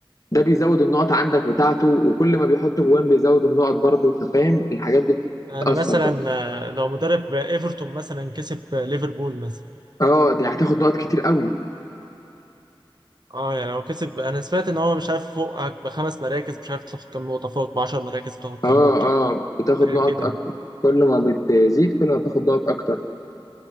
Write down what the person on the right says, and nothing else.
يعني
مثلا
آه، لو مدرب ايفرتون مثلا كسب ليفربول مثلا
اه يعني لو كسب انا سمعت ان هو مش عارف فوقك بخمس مراكز مش عارف تاخد كام نقطه فوق ب 10 مراكز بتاخد كام
نقطه
حاجه
كده